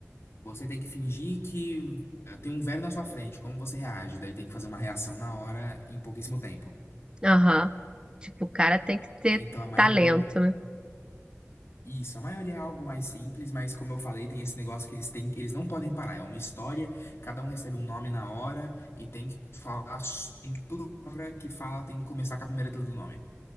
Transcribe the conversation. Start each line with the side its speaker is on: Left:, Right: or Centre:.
Left: Você tem que fingir que eh, tem um velho na sua frente, como você reage? Daí tem que fazer uma reação na hora, em pouquíssimo tempo.
Right: Aham. Tipo, o cara tem que ter
Left: Então a maioria,
Right: talento, né?
Left: isso, a maioria é algo mais simples, mas como eu falei, tem esse negócio que eles têm, eles não podem parar. É uma história, cada um recebe um nome na hora e tem que falar, s- tem que toda palavra que fala tem que começar com a primeira letra do nome.